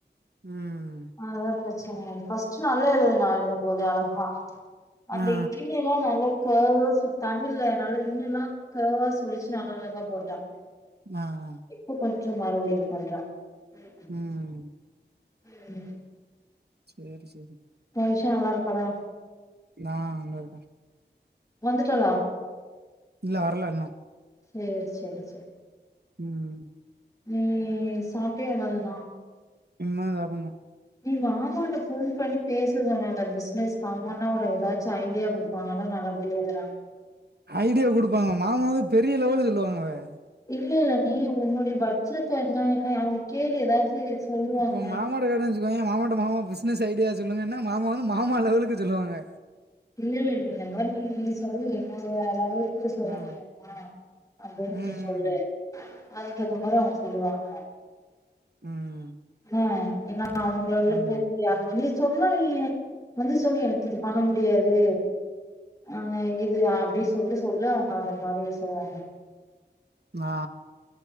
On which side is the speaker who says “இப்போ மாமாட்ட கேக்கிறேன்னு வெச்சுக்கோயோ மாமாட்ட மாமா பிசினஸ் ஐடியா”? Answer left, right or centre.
Right